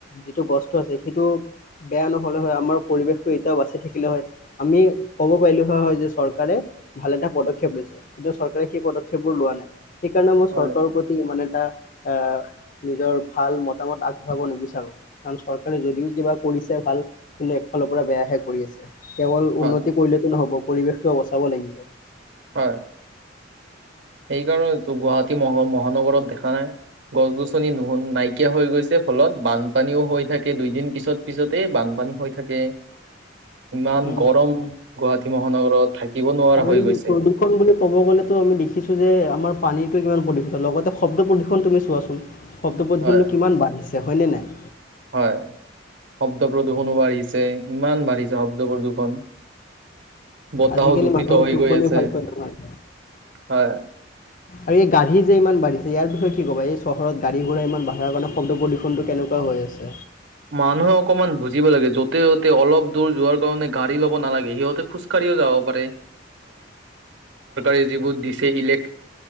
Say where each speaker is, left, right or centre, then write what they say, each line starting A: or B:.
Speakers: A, on the left; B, on the right.
A: যিটো গছটো আছে সেইটো বেয়া নহলে হয় আমাৰ পৰিৱেশটো এতিয়াও বাচি থাকিলে হয় আমি ক'ব পাৰিলো হয় হয় যে চৰকাৰে ভাল এটা পদক্ষেপ লৈছে কিন্তু চৰকাৰে সেই পদক্ষেপবোৰ লোৱা নাই সেইকাৰণে মই
B: হয়
A: চৰকাৰৰ প্ৰতি মানে এটা আহ নিজৰ ভাল মতামত আগবঢ়াব নিবিচাৰো কাৰণ চৰকাৰে যদিও কিবা কৰিছে ভাল কিন্তু একফালৰ পৰা বেয়াহে কৰি আছে কেৱল
B: হয়
A: উন্নতি সটো নহ'ব পৰিৱেশটো বচাব লাগিব
B: হয় সেইকাৰণটো গুৱাহাটী মহ মহানগৰত দেখা নাই গছ গছনি নুু নাইকিয়া হৈ গৈছে ফলত বানপানীও হৈ থাকে দুইদিন পিছত পিছতে বানপানী হৈ থাকে থাকে ইমান
A: উম,
B: গৰম গুৱাহাটী মহানগৰত থাকিব নোৱাৰা
A: আৰু
B: হৈ
A: এই
B: গৈছে
A: প্ৰদূষণ বুলি ক'ব গ'লেতো আমি দেখিছো যে আমাৰ পানীটো কিমান প্ৰদূষিত লগতে শব্দ প্ৰদূষণ তুমি চোৱাচোন শব্দ প্ৰদূষণ
B: হয়
A: কিমান বাইছে হয়নে নাই
B: হয় শব্দ প্ৰদূৰষণো বাঢ়িছে ইমান বাঢ়িছে শব্দপদূখন বতাহ
A: আজিকালি
B: দুষিত
A: মানুহৰ
B: হৈ
A: টোপনি
B: গৈছে
A: ভালকৈ নহয়
B: হ
A: আৰু এই গাড়ী যে ইমান বাঢ়িছে ইয়াৰ বিষয়ে কি ক'বা এই চহৰত গাড়ী ঘোড়া ইমান বাঢ়াৰ কাৰণে শব্দ প্ৰদূষণটো কেনেকুৱা হৈ আছে
B: মানুহে অকমান বুজিব লাগে য'তে য'তে অলপ দূৰ যোৱাৰ কাৰণে ৰ ্